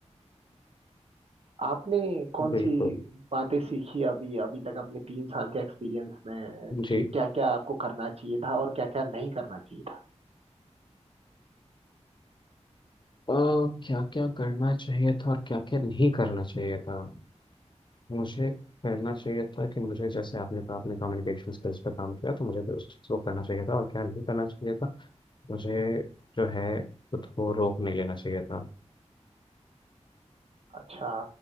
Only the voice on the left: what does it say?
बिल्कुल
जी
क्या क्या करना चाहिए था और क्या क्या नहीं करना चाहिए था मुझे करना चाहिए था कि मुझे जैसे आपने कहा आपने कम्युनिकेशन स्किल्स पे काम किया तो मुझे उस चीज़ को करना चाहिए था और क्या नहीं करना चाहिए था मुझे जो है खुद को रोक नहीं लेना चाहिए था